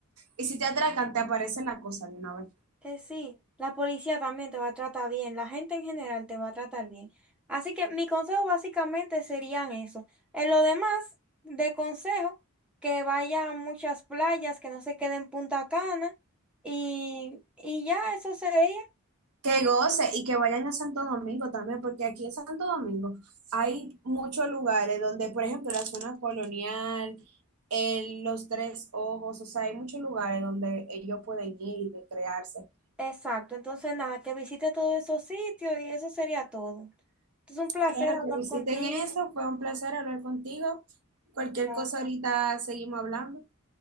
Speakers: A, on the right (about 85°); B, in the centre.
A: Y si te atracan, te aparece la cosa de una vez.
B: que sí, la policía también te va a tratar bien, la gente en general te va a tratar bien. Así que mi consejo básicamente serían eso. En lo demás, de consejo, que vaya a muchas playas, que no se quede en Punta Cana. Y, y ya, eso sería.
A: Que goce y que vayan a Santo Domingo también, porque aquí en Santo Domingo hay muchos lugares donde, por ejemplo, la zona colonial, el- los Tres Ojos, o sea, hay muchos lugares donde ellos pueden ir y recrearse.
B: Exacto, entonces nada, que visite todos esos sitios y eso sería todo. Entonces un placer
A: Claro
B: hablar
A: que visiten
B: contigo.
A: eso, fue un placer hablar contigo. Cualquier
B: Bye.
A: cosa ahorita seguimos hablando.